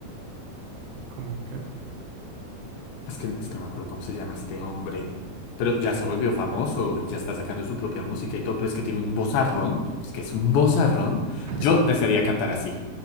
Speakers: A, on the right; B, on the left.
A: como que,
B: Es que, es que no me acuerdo cómo se llama este hombre. Pero ya se volvió famoso y ya está sacando su propia música y todo. Pero es que tiene un vozarrón. Es que es un vozarrón.
A: <laughs>
B: Yo desearía cantar así.